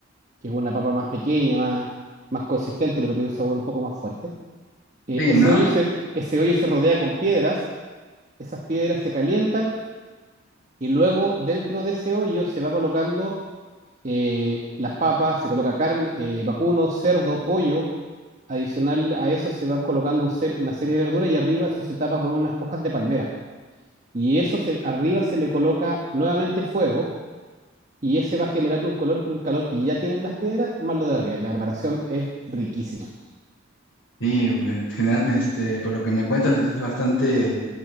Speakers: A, on the right (about 35°); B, on the left (about 85°).
A: que es una papa más pequeña, más, más consistente, pero que de un sabor un poco más fuerte. Eh,
B: Sí,
A: ese,
B: ¿no?
A: hoyo se, ese hoyo se rodea con piedras, esas piedras se calientan y luego dentro de ese hoyo se va colocando eh, las papas, se coloca carne, eh, vacuno, cerdo, pollo. Adicional a eso se van colocando un ser- una serie de verduras y arriba eso se tapa con unas hojas de palmera. y eso se- arriba se le coloca nuevamente fuego y ese va generando un color, un calor que ya tienen las piedras, más lo de arriba. Y la preparación es riquísima.
B: Sí, me- general- este, por lo que me cuentas es bastante,